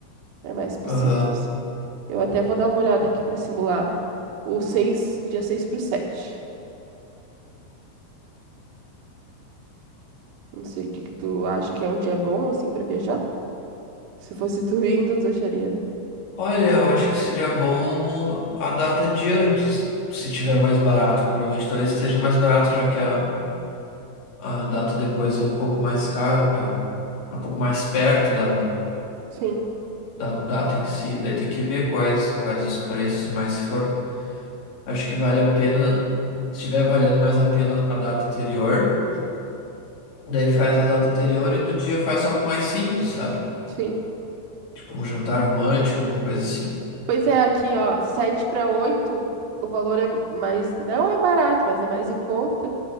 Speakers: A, on the right; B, on the left.
A: É mais possível,
B: aham.
A: assim. Eu até vou dar uma olhada aqui para simular o 6 dia seis para o sete Não sei o que que tu acha que é um dia bom, assim, para viajar. Se fosse tu indo, tu acharia?
B: Olha, eu acho que seria bom a data de antes, se tiver mais barato, provavelmente talvez esteja mais barato, já que a, a data depois é um pouco mais caro, é, é um pouco mais perto da,
A: Sim,
B: da data em si, daí tem que ver quais, quais os preços, mas se for, acho que vale a pena, se estiver valendo mais a pena a data anterior, daí faz a data anterior e no dia faz algo mais simples, sabe?
A: sim.
B: Tipo um jantar romântico, alguma coisa assim.
A: Pois é, aqui, ó, 7 para 8 o valor é mais, não é barato, mas é mais em conta.